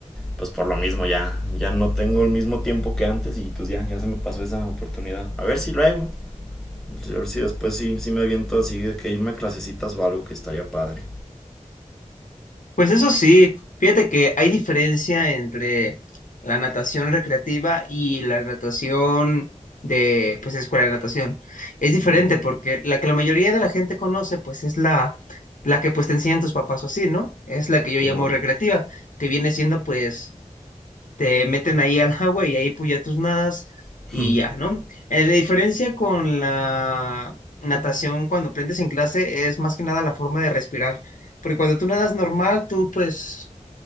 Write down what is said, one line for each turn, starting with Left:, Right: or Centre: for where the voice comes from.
Centre: pues por lo mismo ya, ya no tengo el mismo tiempo que antes y pues ya, ya se me pasó esa oportunidad. A ver si lo hago, a ver si después sí, sí me aviento así de que irme a clasecitas o algo que estaría padre.
Left: Pues eso sí, fíjate que hay diferencia entre la natación recreativa y la natación de, pues, escuela de natación. Es diferente
Centre: Uh -huh.
Left: porque la que la mayoría de la gente conoce, pues, es la, la que, pues, te enseñan tus papás o así, ¿no? Es la que yo
Centre: Simón.
Left: llamo recreativa, que viene siendo, pues, te meten ahí al agua y ahí pues ya tus nadas
Centre: <laughs>
Left: y ya, ¿no? Eh, La diferencia con la natación cuando aprendes en clase es más que nada la forma de respirar, porque cuando tú nadas normal, tú pues,